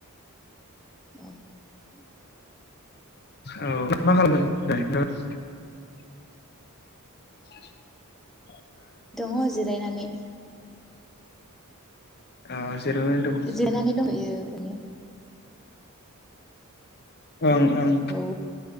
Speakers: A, in the centre; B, on the left.
A: अ
B: औ मा खालामदों <unintelligible> <inaudible>
A: दङ जिरायनानै।
B: आ जिरायनानै दंङ।
A: जिरायनानै
B: <inaudible>
A: दंहैयो ओरैनो
B: ओं ओं
A: औ